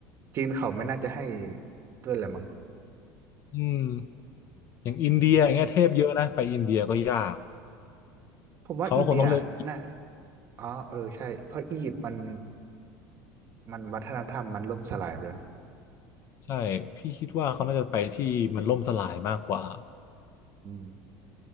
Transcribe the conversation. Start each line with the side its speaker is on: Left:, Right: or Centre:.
Right: จีนเขาไม่น่าจะให้ด้วยแหละมั้ง
Left: อืมอย่างอินเดียอย่างเงี้ยเทพเยอะนะไปอินเดียก็ยาก
Right: ใช่ไหมผมว่าอินเดียน่า
Left: เขาก็คงต้องเลือก
Right: อ๋อเออใช่เพราะอียิปต์มันมันวัฒนธรรมมันล่มสลายไปแล้วนะ
Left: ใช่พี่คิดว่าเขาน่าจะไปที่มันล่มสลายมากกว่า
Right: อืม